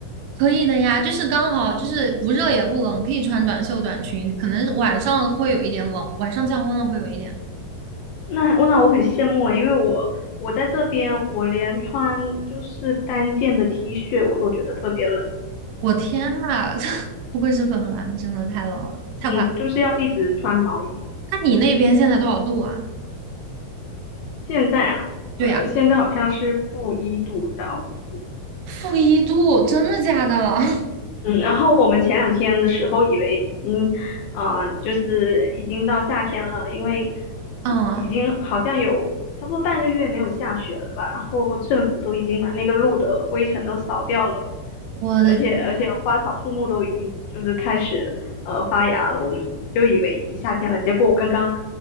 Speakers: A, on the right; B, on the left.
A: 可以的呀，就是刚好就是不热也不冷，可以穿短袖短裙，可能晚上会有一点冷，晚上降温了会有一点。
B: 那我那我很羡慕诶，因为我我在这边，我连穿就是单件的 T 恤我都觉得特别冷，
A: 我天呐，<laughs> 这不愧是芬兰，真的太冷了，太夸张。
B: 嗯，就是要一直穿毛衣。
A: 那你那边现在多少度啊？
B: 现在啊，
A: 对呀。
B: 呃，现在好像是负一度到五度。
A: 负一度，真的假的？<laughs>
B: 嗯，然后我们前两天的时候以为已经，呃，就是已经到夏天了，因为
A: 嗯，
B: 已经好像有差不多半个月没有下雪了吧，然后政府都已经把那个路的灰尘都扫掉了，
A: 我的
B: 而且而且花草树木都已经就是开始呃发芽了，我们就以为已经夏天了，结果我刚刚